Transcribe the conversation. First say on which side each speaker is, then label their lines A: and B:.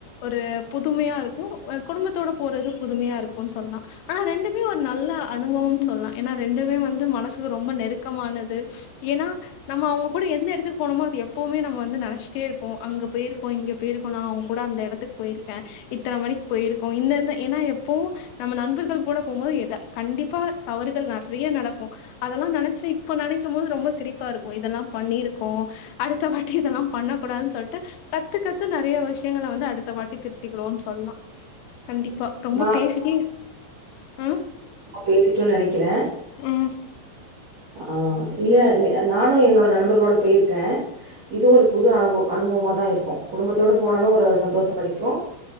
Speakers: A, on the left; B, on the right.
A: ஒரு புதுமையா இருக்கு வெ குடும்பத்தோட போறது புதுமையா இருக்குன் சொன்னா ஆனா ரெண்டுமே ஒர் நல்ல அனுபவம் சொல்லா ஏன்னா ரெண்டுமே வந்து மனசுக்கு ரொம்ப நெருக்கமானது எனா நம்ம அவங்க கூட எந்த எடத்துக் போனோமோ அது எப்போமே நம்ம வந்து நெனச்ட்டே இருப்போ அங்கப் போய்ர்க்கோ இங்க போய்ர்க்கொனாவ் அந்த எடத்துக் போய்ர்க்கே இத்தன மணிக் போய்ர்க்கோ இந்தந்த எனா எப்போவு நம்ம நண்பர்கள் கூட போம்போது எதா கண்டிப்பா தவறுகள் நர்றைய நடக்கு அதல்லா நனச்சி இப்ப நனைக்கும் போது ரொம்ப சிரிப்பா இருக்கு இதெல்லா பண்ணிருக்கோ அடுத்தவாட்டி இதெல்லா பண்ணக்கூடாதுன் சொல்ட்டு கத்தி உகத்து நறையா விஷ்யங்கள வந்து அடுத்த வாட்டி திர்த்திக்கிறோன் சொல்லா கண்டிப்பா ரொம்ப
B: நா
A: பேசிட்டே உ
B: பேசிட்டோ நனைக்கிற
A: ம்
B: ஆ இல நே அ நானு என்னோட நண்பர்களோட போய்ர்க்கே இது ஒரு புது அனுபோ அனுபவமா தா இருக்கு குடும்பத்தோடு போனாலு ஒரு சந்தோஸோ கடைக்கு